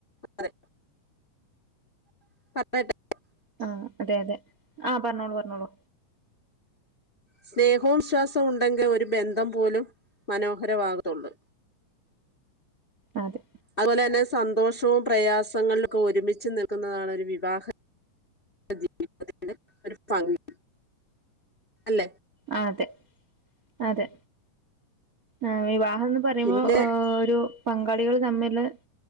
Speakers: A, on the left (about 25°); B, on the right (about 40°).
A: അതേ <unintelligible>
B: ആഹ് അതെ അതെ ആഹ് പറഞ്ഞോളൂ പറഞ്ഞോളൂ
A: സ്നേഹവു വിശ്വാസവും ഉണ്ടെങ്കിൽ ഒരു ബന്ധം പോലും മനോഹരമാകത്തുള്ളൂ
B: അതെ
A: അതുപോലെ തന്നെ സന്തോഷവും പ്രയാസങ്ങളിലൊക്കെ ഒരുമിച്ച് നിൽക്കുന്നതാണ് ഒരു വിവാഹ ജീവിത ഒരു ഭംഗി അല്ലെ
B: അ അതെ അതെ ആ വ <unintelligible> അതന്ന് പറയുമ്പോൾ
A: പിന്നെ
B: ഒരു- പങ്കാളികൾ തമ്മില്